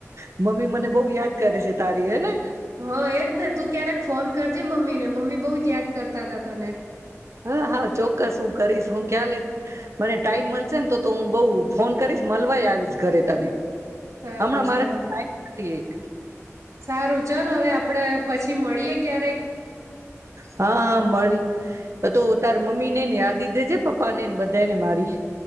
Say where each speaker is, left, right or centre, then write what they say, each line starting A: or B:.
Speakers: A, on the right; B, on the right.
A: મમ્મી મને બહુ યાદ કરે છે તારી હને
B: હા એજ ને તું ક્યારેક ફોન કરજે મમ્મી ને મમ્મી બહુ જ યાદ કરતા ત તને
A: હા હા ચોક્કસ હું કરીશ હું ખ્યાલ મને ટાઈમ મળશે ને તો તો હું બઉ ફોન કરીશ મળવાય આવીશ ઘરે તને
B: સારું
A: હમણાં મારા
B: સારું
A: નાઈટ ડ્યુટી એક
B: સારું ચાલ હવે આપડે પછી મળીએે ક્યારેક
A: હા હા મળી તો તાર મમ્મી ને ને યાદી દેજ પપ્પા ને ને બધાને મારી